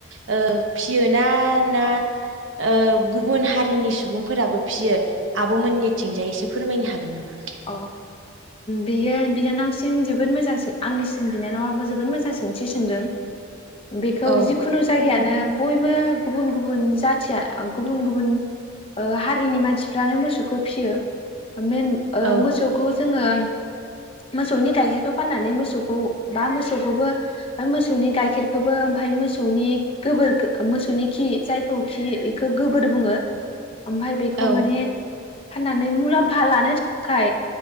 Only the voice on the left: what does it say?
अ बेयो बिनानावसिम जोबोद मोजां सों आंनिसिम बिनानावा जोबोद मोजां सोंथि सोंदों बेखौ
जिखुनु जायगायानो बयबो गुबुन गुबुन जाथिया गुबुन गुबुन ओ हारिनि मानसिफ्रानो मोसौखौ फिसियो मेन ओ
मोसौखौ जोङो मोसौनि गाइखेरखौ फाननानै मोसौखौ बा मोसौखौबो मोसौनि गाइखेरखौबो ओमफाय मोसौनि गोबोर मोसौनि खि जायखौ खि इखो गोबोर बुङो ओमफ्राय बेखौ
माने फाननानै मुलाम्फा लानो थाखाय